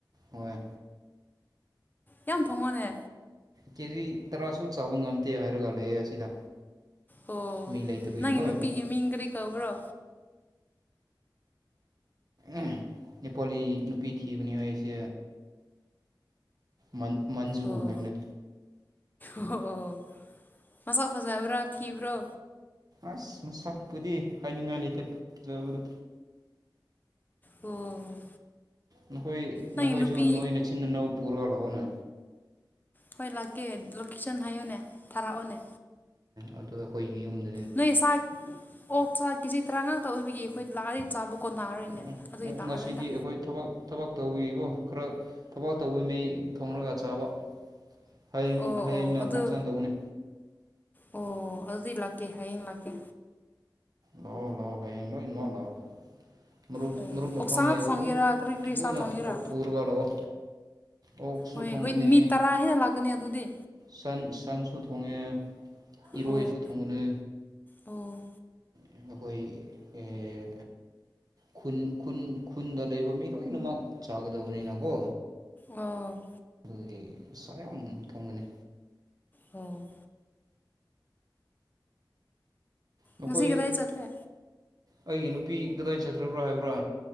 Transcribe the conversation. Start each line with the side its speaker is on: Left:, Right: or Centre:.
Right: ꯍꯣꯏ
Left: ꯌꯥꯝ ꯊꯣꯡꯉꯣꯅꯦ
Right: ꯀꯦꯖꯤ ꯇꯔꯥꯁꯨ ꯆꯥꯕ ꯉꯝꯗꯦ ꯍꯥꯏꯔ ꯂꯩꯑꯦ ꯑꯁꯤꯗ
Left: ꯑꯣ
Right: ꯃꯤ ꯂꯩꯇꯕꯒꯤꯀꯣ
Left: ꯅꯪꯒꯤ ꯅꯨꯄꯤꯒꯤ
Right: ꯑꯩꯈꯣꯏ
Left: ꯃꯤꯡ ꯀꯔꯤ ꯀꯧꯕ꯭ꯔꯣ
Right: ꯑꯩ ꯅꯦꯄꯥꯂꯤ ꯅꯨꯄꯤ ꯊꯤꯕꯅꯤ ꯑꯩꯁꯦ ꯃꯟ ꯃꯟꯖꯨ
Left: ꯑꯣ
Right: ꯍꯥꯏꯕꯅꯦ
Left: ꯑꯣ ꯑꯣ ꯃꯁꯛ ꯐꯖꯕ꯭ꯔꯥ ꯊꯤꯕ꯭ꯔꯣ
Right: ꯑꯁ ꯃꯁꯛꯄꯨꯗꯤ ꯍꯥꯏꯅꯤꯡꯉꯥꯏ ꯂꯩꯇꯦ ꯐꯖꯕꯗꯣ
Left: ꯑꯣ
Right: ꯅꯈꯣꯏ
Left: ꯅꯪꯒꯤ
Right: ꯅꯈꯣꯏꯁꯨ
Left: ꯅꯨꯄꯤ
Right: ꯅꯣꯏ ꯅꯆꯤꯟ ꯅꯅꯧ ꯄꯨꯔꯒ ꯂꯥꯛꯑꯣꯅꯦ
Left: ꯍꯣꯏ ꯂꯥꯛꯀꯦ ꯂꯣꯀꯦꯁꯟ ꯍꯥꯏꯌꯣꯅꯦ ꯊꯥꯔꯛꯑꯣꯅꯦ
Right: ꯑꯗꯣ ꯑꯩꯈꯣꯏꯒꯤ ꯌꯨꯝꯗ
Left: ꯅꯣꯏ ꯁꯥ ꯑꯣꯛꯥ ꯆꯥ ꯀꯦꯖꯤ ꯇꯔꯥꯉꯥ ꯈꯛꯇ ꯑꯣꯏꯕꯒꯤ ꯑꯩꯈꯣꯏ ꯂꯥꯛꯑꯂꯤ ꯆꯥꯕ ꯀꯣꯟꯅꯔꯔꯣꯏꯅꯦ
Right: ꯎꯝ
Left: ꯑꯗꯨꯒꯤ
Right: ꯎꯝ
Left: ꯂꯥꯛꯑꯔꯣꯏꯗ
Right: ꯉꯁꯤꯗꯤ ꯑꯩꯈꯣꯏ ꯊꯕꯛ ꯊꯕꯛ ꯇꯧꯕꯤꯀꯣ ꯈꯔ ꯊꯕꯛ ꯇꯧꯕ ꯃꯤ ꯊꯣꯡꯂꯒ ꯆꯥꯕ ꯍꯌꯦꯡ
Left: ꯑꯣ
Right: ꯍꯌꯦꯡꯅ
Left: ꯑꯣ ꯑꯗꯨ
Right: ꯐꯪꯁꯟ ꯇꯧꯒꯅꯤ
Left: ꯑꯣ ꯑꯗꯨꯗꯤ ꯂꯥꯛꯀꯦ ꯍꯌꯦꯡ ꯂꯥꯛꯀꯦ
Right: ꯂꯑꯣ ꯂꯣꯑꯣ ꯍꯌꯦꯡ ꯂꯣꯏꯅꯃꯛ ꯂꯥꯛꯑꯣ ꯃꯔꯨꯞ
Left: ꯍꯣꯏ
Right: ꯃꯔꯨꯞ ꯃꯄꯥꯡ
Left: ꯑꯣꯛꯁꯥ ꯉꯥꯛꯇ
Right: ꯂꯩꯕ
Left: ꯊꯣꯡꯒꯦꯔꯥ
Right: ꯋꯣꯏ
Left: ꯀꯔꯤ ꯀꯔꯤ
Right: ꯂꯣꯏꯅ
Left: ꯁꯥ ꯊꯣꯡꯒꯦꯔꯥ
Right: ꯄꯨꯔꯒ ꯂꯥꯛꯑꯣ ꯑꯣꯛꯁꯨ
Left: ꯍꯣꯏ
Right: ꯊꯣꯡꯒꯅꯤ
Left: ꯍꯣꯏ ꯃꯤ ꯇꯔꯥ ꯍꯦꯟꯅ ꯂꯥꯛꯀꯅꯤ ꯑꯗꯨꯗꯤ
Right: ꯁꯟ ꯁꯟꯁꯨ ꯊꯣꯡꯉꯦ ꯏꯔꯣꯏꯁꯨ
Left: ꯑꯣ
Right: ꯊꯣꯡꯉꯅꯤ
Left: ꯑꯣ
Right: ꯑꯩꯈꯣꯏ ꯑꯦ ꯈꯨꯟ ꯈꯨꯟ ꯈꯨꯟꯗ ꯂꯩꯕ ꯃꯤ ꯂꯣꯏꯅꯃꯛ ꯆꯥꯒꯗꯕꯅꯤꯅꯀꯣ
Left: ꯑꯣ
Right: ꯑꯩ ꯏꯁꯥ ꯌꯥꯝ ꯊꯣꯡꯕꯅꯤ
Left: ꯑꯣ
Right: ꯅꯈꯣꯏ
Left: ꯉꯁꯤ ꯀꯗꯥ ꯆꯠꯂꯦ
Right: ꯑꯩꯒꯤ ꯅꯨꯄꯤ ꯀꯗꯥꯏ ꯆꯠꯈ꯭ꯔꯕ꯭ꯔꯥ ꯍꯥꯏꯕ꯭ꯔꯥ